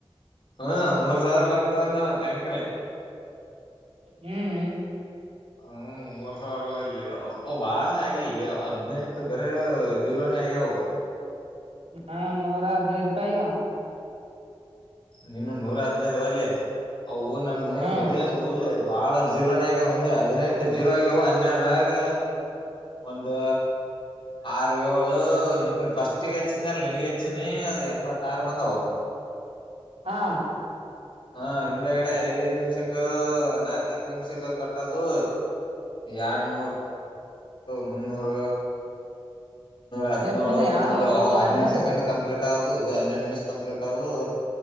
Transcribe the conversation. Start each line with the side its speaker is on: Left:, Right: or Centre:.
Left: ಹ್ಮ ಮೂರ್ ಸಾವಿರ ಬರ್ದ ಅಂದ ಮತ್ತ ಅಕನೇ
Right: ಹ್ಮ್
Left: ಹ್ಮ ಮೂರ್ ಸಾವಿರ ಅಲ್ಲಿ ಅವ ಓ ಭಾಳನೇ ಆಗ್ಯಲ್ಲಲ್ಲಿ ಹದ್ನೆಂಟು ಬರಿ ಜೀರೋನೇ ಆಗ್ಯವು
Right: ನಾನು ನೂರ ಹದ್ನೃರು ರೂಪಾಯ
Left: ನಿನು ನೂರ ಹದ್ನೈದು ಅಲಿ ಅವು ನಾನ
Right: ಹ್ಮ್
Left: ಬರೇ ಉಳ್ದ ಬಹಳ ಜೀರೋನಾಗೆ ಹದಿನೆಂಟು ಜೀರೋ ಆಗವು ಹನ್ನೆರಡಗ ಒಂದು ಆರು ಏಳು ನೀನ್ ಫಸ್ಟ್ಗ ಹೆಚ್ಚಿನಿ ಅಲ್ಲ ನಿನ್ಗ ಹೆಚ್ಚಿನಿ ಅದ ಎಪ್ಪತ್ತ ಆರು ಬಂದವ
Right: ಹಾ
Left: ಹಾ ಹಿಂದಗಡೆ ಐದೈದ್ ನಿಮಿಷಕ್ಕ ನಾಕ್ ನಾಕ್ ನಿಮಿಷಕ್ಕ ಕಟ್ಟದು ಎರಡ್ನೂರು ಮುನ್ನೂರ ಹದಿನೇಳು
Right: ಎಷ್ಟ ಬಂದ
Left: ಹಿಂಗ
Right: ಎರಡ್ನೂರು
Left: ಒಂದು ಹನ್ನೆರಡು
Right: ಬಂದ
Left: ಸೆಕೆಂಡ್ ಕಂಪ್ಲೀಟ್ ದು ಇದು ಹನ್ನೆರಡು ನಿಮಿಷ ಕಂಪ್ಲೀಟ್ ಆದು